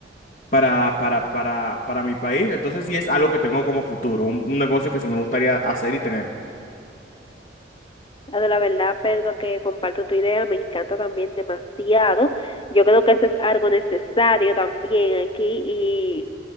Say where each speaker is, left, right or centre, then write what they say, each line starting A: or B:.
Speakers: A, on the left; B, on the left.
A: Para, para, para, para mi país. Entonces sí es algo que tengo como futuro, un, un negocio que sí me gustaría hacer y tener.
B: La de la verdad, Pedro, que comparto tu idea, me encanta también demasiado. Yo creo que eso es algo necesario también aquí y